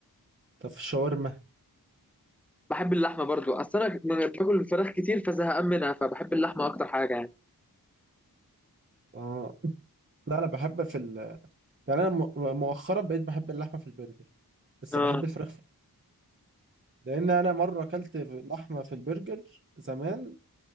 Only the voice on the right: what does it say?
طب في الشاورما
اه لا انا بحب في ال... يعني انا م- مؤخرا بقيت بحب اللحمه في البرجر بس
بحب الفراخ في... لان انا مره اكلت في- لحمه في البرجر زمان